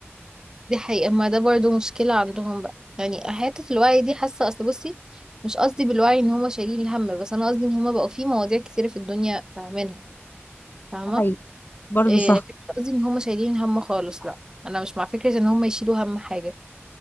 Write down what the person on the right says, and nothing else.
دي حقيقه ما ده برضو مشكله عندهم بقى يعني حته الوعي دي حاسه اصل بصي مش قصدي بالوعي ان هم شايلين الهم بس انا قصدي ان هم بقوا في مواضيع كتيره في الدنيا فاهمينها فاهمه
إيه
لكن مش قصدي ان هم شايلين هم خالص لا انا مش مع فكرة ان هم يشيلوا هم حاجة